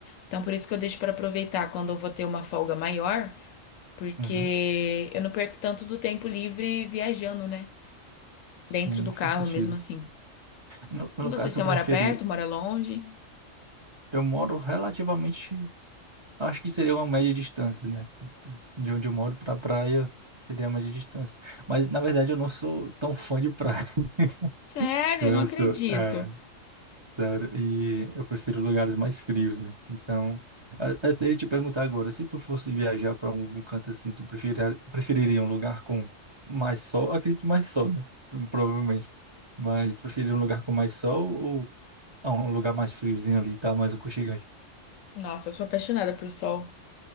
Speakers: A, on the left; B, on the right.
A: Então, por isso que eu deixo pra aproveitar quando eu vou ter uma folga maior, porque
B: Uhum.
A: eu não perco tanto do tempo livre viajando, né?
B: Sim,
A: Dentro do carro
B: faz sentido.
A: mesmo assim.
B: No, no
A: E você,
B: caso,
A: você
B: tu
A: mora
B: prefere.
A: perto, mora longe?
B: Eu moro relativamente. Acho que seria uma média distância, né? De onde eu moro para praia seria a média distância. Mas, na verdade, eu não sou tão fã de praia. <laughs>
A: Sério,
B: Eu
A: eu não acredito.
B: sou. é Sério, e eu prefiro lugares mais frios, né? Então, a- até eu te perguntar agora, se tu fosse viajar para algum canto assim, tu preferir, preferiria um lugar com mais sol? Acredito que mais sol, né? Provavelmente. Mas tu preferiria um lugar com mais sol ou ah, um lugar mais friozinho ali, tá? Mais aconchegante.
A: Nossa, eu sou apaixonada por sol.